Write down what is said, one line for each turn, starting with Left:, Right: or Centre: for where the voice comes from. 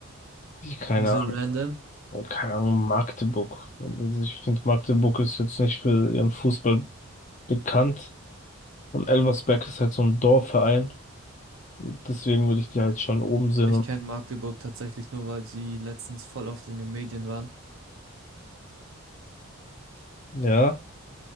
Left: Ich keine
Right: Wieso Ja. random?
Left: Ahnung, keine Ahnung, Magdeburg. Also ich finde, Magdeburg ist jetzt nicht für ihren Fußball bekannt und Elversberg ist halt so ein Dorfverein. Und deswegen würde ich die halt schon oben sehen
Right: Ich
Left: und
Right: kenne Magdeburg tatsächlich nur, weil sie letztens voll oft in den Medien waren.
Left: ja,